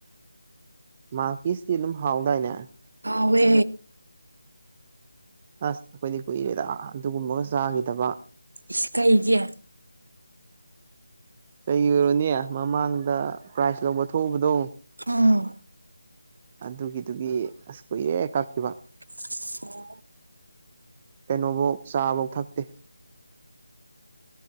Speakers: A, on the right (about 25°); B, on the right (about 75°).
A: ꯃꯥꯀꯤꯁꯀꯤ ꯗꯨꯝ ꯍꯥꯎꯗꯏꯅꯦ
B: ꯍꯥꯎꯋꯦ
A: ꯑꯁ ꯑꯈꯣꯏꯗꯤ ꯀꯨꯏꯔꯦꯗ ꯑꯗꯨꯒꯨꯝꯕꯒ ꯆꯥꯒꯤꯗꯕ
B: ꯏꯁ ꯀꯩꯒꯤ
A: ꯀꯩꯒꯤ ꯑꯣꯏꯔꯨꯅꯤ ꯃꯃꯥꯡꯗ ꯄ꯭ꯔꯥꯏꯖ ꯂꯧꯕ ꯊꯣꯛꯎꯕꯗꯣ
B: ꯎꯝ
A: ꯑꯗꯨꯒꯤꯗꯨꯒꯤ ꯑꯁ ꯀꯨꯏꯔꯦ ꯀꯛꯈꯤꯕꯥ
B: <inaudible>
A: ꯀꯩꯅꯣꯕꯧ ꯆꯥꯕꯧ ꯊꯛꯇꯦ